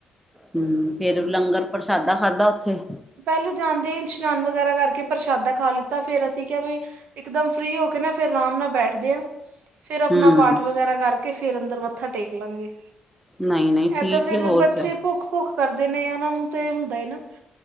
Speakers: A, in the centre; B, on the right (about 70°).
A: ਹੂੰ ਫੇਰ ਲੰਗਰ ਪ੍ਰਸ਼ਾਦਾ ਖਾਦਾ ਉੱਥੇ।
B: ਪੈਲੇ ਜਾਂਦੇ ਈ ਇਸ਼ਨਾਨ ਵਗੈਰਾ ਕਰਕੇ ਪ੍ਰਸ਼ਾਦਾ ਖਾ ਲਿੱਤਾ ਫੇਰ ਅਸੀਂ ਕੇਆ ਵੀ ਇਕਦਮ ਫ੍ਰੀ ਹੋ ਕੇ ਨਾ ਫੇਰ ਆਰਾਮ ਨਾਲ ਬੈਠਦੇ ਆ। ਫੇਰ ਆਪਣਾ
A: ਹਮ
B: ਪਾਠ ਵਗੈਰਾ ਕਰਕੇ ਫਗਰ ਅੰਦਰ ਮੱਥਾ ਟੇਕ ਲਾਂਗੇ।
A: ਨਹੀਂ ਨਹੀਂ ਠੀਕ
B: ਐਦਾਂ ਫਿਰ
A: ਹੈ ਹੋਰ
B: ਬੱਚੇ
A: ਕਿਆ
B: ਭੁੱਖ-ਭੁੱਖ ਕਰਦੇ ਨੇ ਓਨਾਂ ਨੂੰ ਤੇ ਹੁੰਦਾ ਏ ਨਾ।